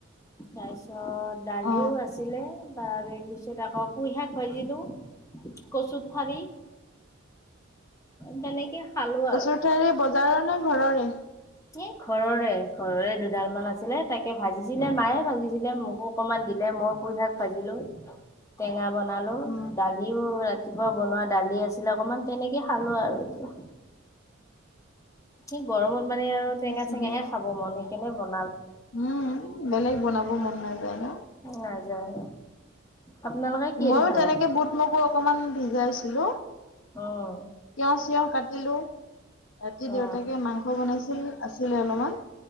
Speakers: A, on the left; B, on the left.
A: তাৰ অ দালিও
B: অ
A: আছিলে। তাৰ তাৰপিছত আকৌ পুইশাক ভাজিঁলো, কচুৰ ঠাৰি। তেনেকে। খালো
B: কচুৰ
A: আৰু
B: ঠাৰি বজাৰৰ নে ঘৰৰে?
A: এ, ঘৰৰে। ঘৰৰে দুডাল মান আছিলে তাকে ভাজিছিলে মায়ে ভাজিছিলে মোকো অকনমান দিলে। মই পুই শাক ভাজিলো টেঙা বনালো
B: অ
A: দালিও ৰাতি ৰাতিপুৱা বনোৱা দালি আছিলে অকমান তেনেকে খালো আৰু এতিয়া। সেই গৰমত মানে আৰু
B: ঠিকে
A: টেঙা-চেঙাহে
B: আছে দিয়া।
A: খাব মন একনে বন
B: উম, বেলেগ বনাব মন ন যায় ন?
A: নাযায়। আপোনালোকে কিহেদি
B: মইও
A: খালে?
B: তেনেকে বুট মকো অকমান ভিজাইছিলো।
A: উম
B: তিঁয় চিয়হ কাটিলো। ৰাতি- দেউতাকে
A: অ
B: মাংস বনাইছিল আছিলে অলপমান।